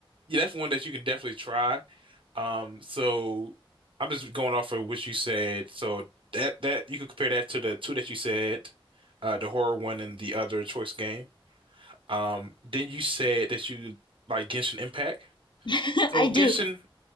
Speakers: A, on the right (about 65°); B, on the left (about 55°).
A: yeah, that's one that you can definitely try. Um, so I'm just going off of what you said. So that that you could compare that to the two that you said, uh, the horror one and the other choice game. Um, then you said that you like Genshin Impact.
B: try?
A: So
B: <laughs> I
A: Genshin
B: do.